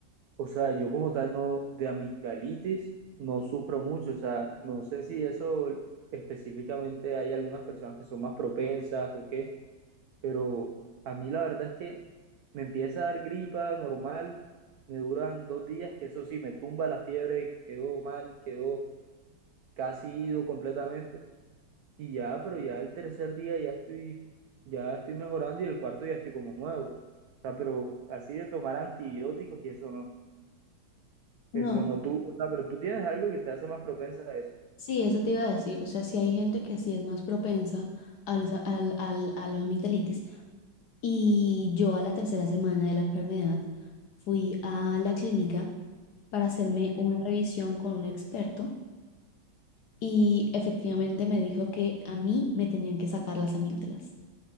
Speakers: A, on the right (about 85°); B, on the left (about 70°).
A: o sea, yo como tal no, de amigdalitis no sufro mucho, o sea, no sé si eso específicamente hay algunas personas que son más propensas o qué, pero a mí la verdad es que me empieza a dar gripa normal, me duran dos días, que eso sí, me tumba la fiebre, quedó mal, quedó casi ido completamente, y ya, pero ya el tercer día ya estoy, ya estoy mejorando y el cuarto ya estoy como nuevo, o sea, pero así de tomar antibióticos y eso no.
B: No,
A: Eso no tú, o sea, pero tú tienes algo que te hace más propensa a eso.
B: sí, eso te iba a decir, o sea, sí hay gente que sí es más propensa a los, al- al- a los amigdalitis y yo a la tercera semana de la enfermedad fui a la clínica. para hacerme
A: Sí.
B: una revisión con un experto y efectivamente me dijo que a mí me tenían que sacar las amígdalas.